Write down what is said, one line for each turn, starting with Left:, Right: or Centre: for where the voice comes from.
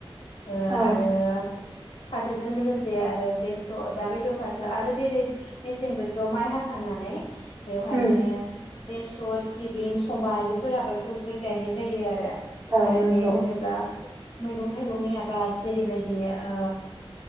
Left: ओ
Right: औ
Left: आरो फाथोजों लोगोसे आरो बेसर दाबायदियाव फा थो आरो दिनो मेसें बोथोराव माइ हाखांनानै बेवहाय
Right: उम
Left: माने बेसर सिबिं सबाय बेफोर आबादखौ जोबोर गायनाय जायो आरो।
Right: औ
Left: आरो
Right: नंगौ
Left: बे होनोब्ला मैगं थाइगंनि आबाद जेरैबायदि ओ